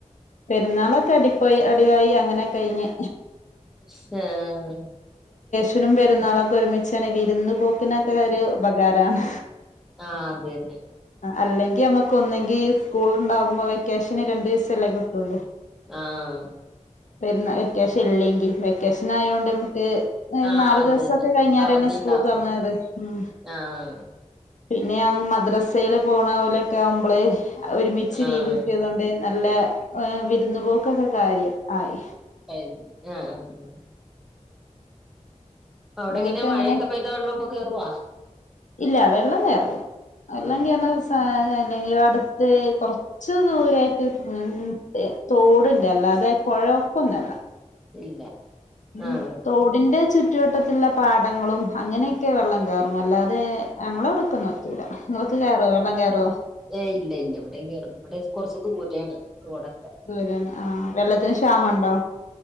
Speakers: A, on the left; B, in the centre.
A: പെരുന്നാളൊക്കെ അടിപയി അടിപയി അങ്ങനെ കഴിഞ്ഞ്.
B: അഹ
A: പ്പിനും പെരുന്നാളൊക്കെ ഒരുമിച്ചാണ് വിരുന്ന് പോക്കിനൊക്കെ ഒരു ഉപകാരാണ്.
B: ആഹ അതെന്നെ
A: അല്ലെങ്കി നമ്മുക്ക് ഒന്നെങ്കി സ്കൂളിണ്ടാകുമ്പോ വെക്കേഷന് രണ്ടു ദിവസം അല്ലേ കിട്ടൂള്ളു.
B: ആഹ
A: വരുന്ന വെക്കേഷൻ ഇല്ലെങ്കിൽ വെക്കേഷൻ ആയോണ്ട്ക്ക് ട്ട് ഒരു
B: ആഹ്
A: നാല്
B: അത്
A: ദിവസൊക്കെ
B: തന്നെ
A: കഴിഞ്ഞാരന്നെ
B: അവധി
A: സ്കൂൾ
B: ഉണ്ടാർന്ന്
A: തുറന്നത്. ഉം
B: ആഹ്.
A: പിന്നെ ഞാൻ മദ്രസയില് പോണലൊക്കെ ആവുമ്പോള് ഒരുമിച്ച്
B: ആഹ്
A: ലീവ് കിട്ടിയതൊണ്ട് നല്ല ഏഹ് വിരുന്നുപോക്കൊക്കെ കാര്യം ആയി.
B: ആഹ് ആഹ് ആഹ് ഉം. അവിടെങ്ങനെ
A: നിങ്ങൾക്ക്
B: മഴയൊക്കെ
A: എങ്ങനെ
B: പെയ്ത വെള്ളൊക്കെ കേറുവ?
A: ഇല്ല വെള്ളം കയറൂല വെള്ളം
B: ഇല്ല
A: കയറണ ദിവസ ത്തെങ്കിലും അടുത്ത് കുറച്ച് ദൂരമായിട്ട് തോട്‌ണ്ട് അല്ലാതെ കൊഴ പ്പൊന്നുല്ല.
B: ഇല്ല.
A: ഉം
B: ആഹ്
A: തോടിന്റെ ചു ചുറ്റുവട്ടത്തിലുള്ള പാടങ്ങളും അങ്ങനെയൊക്കെ വെള്ളം കയറും അല്ലാതെ ഞങ്ങളെ വിടുത്തെ ഇങ്ങക്ക് കേറോ വെള്ളം കേറും
B: ഏ ഇല്ല ഇല്ല ഇവിടെങ്ങറു ഇവിടെ കൊറച്ച് ദൂരെയാണ് തോടൊക്കെ
A: ദൂരന് ആഹ വെള്ളത്തിന് ക്ഷാമ ഇണ്ടോ